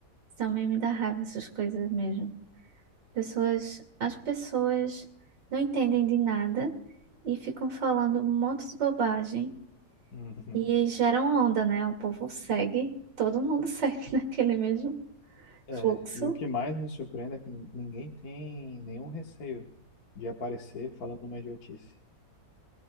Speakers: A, on the right (about 80°); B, on the left (about 60°).
A: Também me dá raiva essas coisas mesmo. Pessoas, as pessoas não entendem de nada e ficam falando um monte de bobagem
B: Uhum.
A: e aí geram onda, né? O povo segue, todo mundo <laughs> segue naquele mesmo
B: É,
A: fluxo.
B: e o que mais me surpreende é que ninguém tem nenhum receio de aparecer falando uma idiotice.